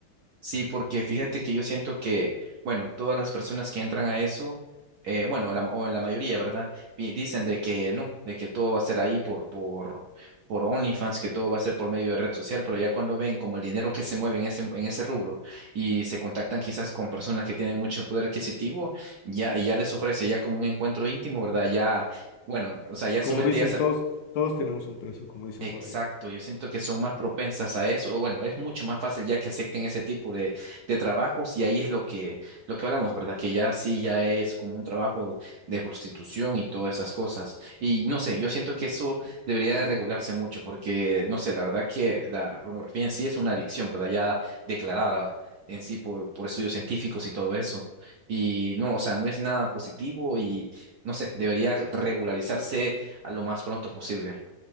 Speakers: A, on the right (about 75°); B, on the left (about 70°).
A: Sí, porque fíjate que yo siento que, bueno, todas las personas que entran a eso, eh, bueno, la, o la mayoría, ¿verdad? Pi- Dicen de que no, de que todo va a ser ahí por, por, por OnlyFans, que todo va a ser por medio de red social, pero ya cuando ven como el dinero que se mueve en ese, en ese rubro y se contactan quizás con personas que tienen mucho poder adquisitivo, ya, y ya les ofrece ya como un encuentro íntimo, ¿verdad? Ya, bueno, o sea, ya
B: Como
A: su mente
B: dicen
A: ya,
B: todos, todos tenemos un precio, como dicen
A: Exacto,
B: por ahí.
A: yo siento que son más propensas a eso. o Bueno, es mucho más fácil ya que acepten ese tipo de, de trabajos y ahí es lo que, lo que hablamos, ¿verdad? Que ya sí, ya es como un trabajo de prostitución y todas esas cosas. Y no sé, yo siento que eso debería de regularse mucho porque, no sé, la verdad que la pornografía en sí es una adicción, ¿verdad? Ya declarada en sí por, por estudios científicos y todo eso. Y no, o sea, no es nada positivo y, no sé, debería regularizarse a lo más pronto posible